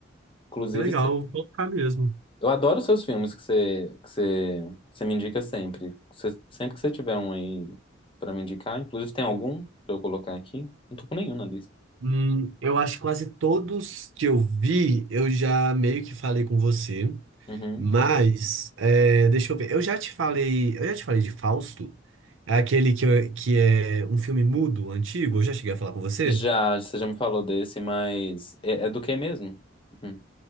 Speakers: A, on the left (about 25°); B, on the right (about 80°).
A: Inclusive,
B: Que legal, vou colocar mesmo.
A: eu adoro os seus filmes que você, que você, você me indica sempre. Você- sempre que você tiver um aí pra me indicar, inclusive tem algum pra eu colocar aqui? Não tô com nenhum na lista.
B: Hum, eu acho que quase todos que eu vi, eu já meio que falei com você.
A: Uhum.
B: Mas, é, deixa eu ver. Eu já te falei, eu já te falei de Fausto, é aquele que, eu- que é um filme mudo, antigo. Eu já cheguei a falar com você.
A: Já, você já me falou desse, mas é, é do que mesmo? Uhum.